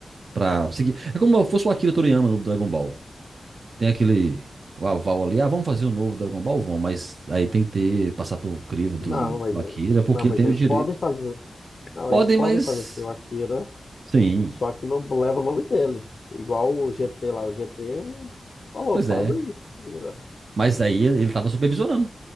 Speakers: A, on the right; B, on the left.
A: Pra seguir. É como se fosse o Akira Toriyama no Dragon Ball. tem aquele o aval ali, ah, vamos fazer um novo Dragon Ball, vão, mas aí tem que ter, passar pelo crivo
B: Não,
A: do, do
B: mas
A: Akira, porque
B: não, mas
A: ele tem
B: eles
A: o direito.
B: podem fazer. Não,
A: Podem,
B: eles podem
A: mas.
B: fazer seu Akira,
A: Sim,
B: só que não leva o nome dele. Igual o GT lá, o GT falou,
A: pois
B: faz
A: é.
B: aí, se vira.
A: Mas aí ele, ele tava supervisionando.